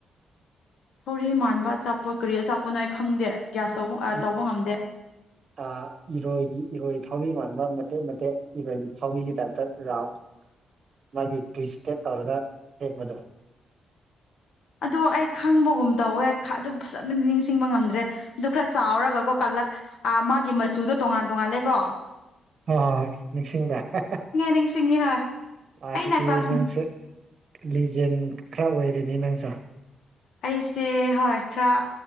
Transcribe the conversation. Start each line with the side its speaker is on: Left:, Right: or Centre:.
Left: ꯊꯧꯔꯤ ꯃꯥꯟꯕ ꯆꯥꯄꯣꯠ ꯀꯔꯤ ꯑꯆꯥꯄꯣꯠꯅꯣ ꯑꯩ ꯈꯪꯗꯦ ꯒ꯭ꯌꯥꯁ ꯇꯧꯕ ꯑꯥ
Right: ꯏ-
Left: ꯇꯧꯕ ꯉꯝꯗꯦ
Right: ꯑꯥ ꯏꯔꯣꯢꯒꯤ ꯏꯔꯣꯢ ꯊꯥꯎꯔꯤ ꯃꯥꯟꯕ ꯃꯇꯦꯛ ꯃꯇꯦꯛ ꯏꯔꯣꯢꯒꯤ ꯊꯥꯎꯔꯤꯒꯤ ꯇꯥꯢꯞꯇ ꯔꯥꯎꯟ ꯃꯥꯒꯤ ꯇ꯭ꯨꯋꯤꯁꯇꯦꯠ ꯇꯧꯔꯒ ꯁꯦꯝꯕꯗꯣ
Left: ꯑꯗꯨ ꯑꯩ ꯈꯪꯕꯒꯨꯝ ꯇꯧꯋꯦ ꯈꯥ ꯗꯨ ꯐꯖꯅ ꯅꯤꯡꯁꯤꯡꯕ ꯉꯝꯗ꯭ꯔꯦ ꯑꯗꯨ ꯈ꯭ꯔ ꯆꯥꯎꯔꯒꯀꯣ ꯀꯥꯂꯥ ꯑꯥ ꯃꯥꯒꯤ ꯃꯆꯨꯗꯨ ꯇꯣꯉꯥꯟ ꯇꯣꯉꯥꯟꯂꯦꯀꯣ
Right: ꯍꯣꯏ ꯅꯤꯡꯁꯤꯡꯕ꯭ꯔꯥ ꯍꯥ
Left: ꯅꯤꯡꯁꯤꯡꯉꯤ ꯍꯣꯏ
Right: ꯍꯥ ꯑꯗꯨꯗꯤ
Left: ꯑꯩꯅ ꯀ꯭ꯂꯥꯁ
Right: ꯅꯪꯁꯦ ꯂꯤꯖꯦꯟ ꯈ꯭ꯔ ꯑꯣꯢꯔꯦꯅꯦ ꯅꯪꯁꯦ
Left: ꯑꯩꯁꯦ ꯍꯣꯏ ꯈ꯭ꯔ